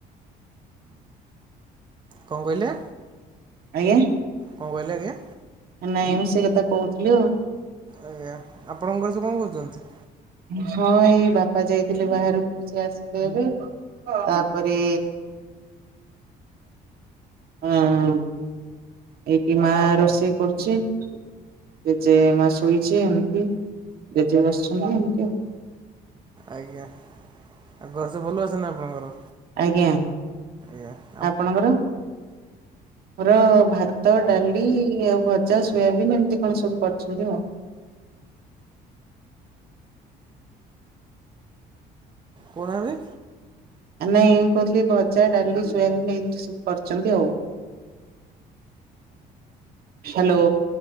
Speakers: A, on the right; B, on the right.
A: କଣ କହିଲେ?
B: ଆଜ୍ଞା।
A: କଣ କହିଲେ ଆଜ୍ଞା?
B: ନାଇଁ ମୁଁ ସେଇ କଥା କହୁଥିଲି ଆଉ।
A: ଆଜ୍ଞା ଆପଣଙ୍କର ଘରେ ସବୁ କଣ କରୁଛନ୍ତି?
B: ହଁ, ଏଇ ବାପା ଯାଇଥିଲେ ବାହାରକୁ ସେ ଆସିଲେ ଏବେ। ତାପରେ, ଆଁ ଏଇଠି ମା ରୋଷେଇ କରୁଛି। ଜେଜେ ମା ଶୋଇଛି ଏମିତି, ଜେଜେ ବସିଛନ୍ତି ଏମିତି ଆଉ।
A: ଆଜ୍ଞା, ଆଉ ଘରେ ସବୁ ଭଲ ଅଛନ୍ତି ନା ଆପଣଙ୍କର?
B: ଆଜ୍ଞା।
A: ଏଆ
B: ଆପଣଙ୍କର? ମୋର ଭାତ ଡାଲି ଆଉ ଭଜା ସୋୟାବିନ୍ ଏମିତି କଣ ସବୁ କରୁଛନ୍ତି ଆଉ।
A: କଣାରେ
B: ଆ ନାଇଁ ମୁଁ କହୁଥିଲି ଭଜା ଡାଲି ସୋୟାବିନ୍ ଏମିତି ସବୁ। କରଚନ୍ତି ଆଉ। ହ୍ୟାଲୋ